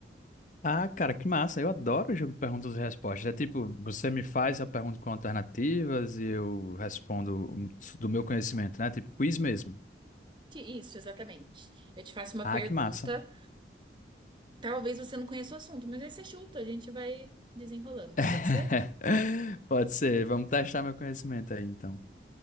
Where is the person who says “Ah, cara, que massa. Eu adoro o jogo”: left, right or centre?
Left